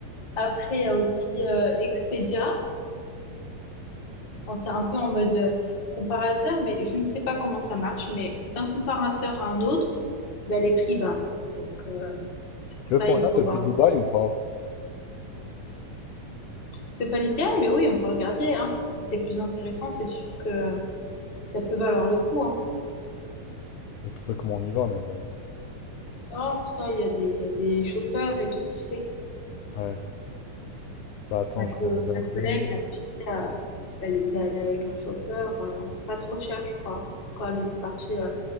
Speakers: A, on the left; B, on the left.
A: Après, il y a aussi euh, Expedia. Bon, c'est un peu en mode euh, comparateur, mais je ne sais pas comment ça marche. Mais d'un comparateur à un autre, ben, les prix varient. Donc euh, c'est pour
B: Tu
A: ça
B: veux qu'on
A: il
B: regarde
A: faut
B: depuis
A: voir.
B: Dubaï ou pas?
A: C'est pas l'idéal, mais oui, on peut regarder, hein. Si c'est plus intéressant, c'est sûr que ça peut valoir le coup, hein.
B: Je vais te trouver comment on y va, mais bon.
A: Oh, ça, il y a des, il y a des chauffeurs et tout, tu sais.
B: Ouais. Bah attends,
A: Ma,
B: je
A: co-
B: vais regarder.
A: ma collègue, la fille, euh, elle était allée avec un chauffeur, euh, pas trop cher, je crois, quand elle était partie euh,